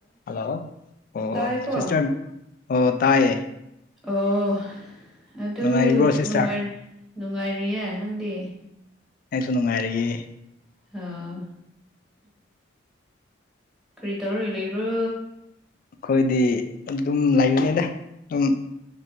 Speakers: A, on the left; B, in the centre.
A: ꯍꯜꯂꯣ ꯑꯣ
B: ꯇꯥꯏꯀꯣ
A: ꯁꯤꯁꯇꯔ ꯑꯣ ꯇꯥꯌꯦ
B: ꯑꯣ ꯑꯗꯨꯥꯏ
A: ꯅꯨꯡꯉꯥꯏꯔꯤꯕ꯭ꯔꯣ ꯁꯤꯁꯇꯔ
B: ꯅꯨꯡꯉꯥꯏꯔꯤꯌꯦ ꯅꯪꯗꯤ
A: ꯑꯩꯁꯨ ꯅꯨꯡꯉꯥꯏꯔꯤꯑꯦ
B: ꯑꯥ ꯀꯔꯤ ꯇꯧꯔꯒ ꯂꯩꯕ꯭ꯔꯣ
A: ꯑꯩꯈꯣꯏꯗꯤ ꯑꯗꯨꯝ ꯂꯩꯕꯅꯤꯗ ꯑꯗꯨꯝ